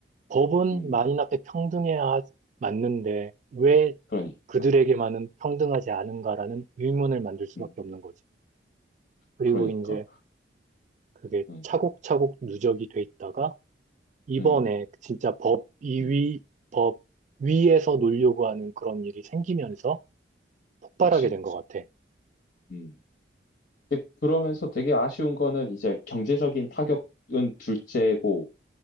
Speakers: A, on the right; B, on the left.
A: 법은
B: 음,
A: 만인 앞에 평등해야 하- 맞는데 왜
B: 그러니까.
A: 그들에게만은 평등하지 않은가라는 의문을 만들 수밖에
B: 음,
A: 없는 거지. 그리고
B: 그러니까.
A: 이제 그게
B: 음,
A: 차곡차곡 누적이 돼 있다가 이번에
B: 음,
A: 진짜 법 이
B: 음,
A: 위 법 위에서 놀려고 하는 그런 일이 생기면서 폭발하게
B: 그치.
A: 된 것 같아.
B: 음. 근데 그러면서 되게 아쉬운 거는 이제 경제적인 타격은 둘째고,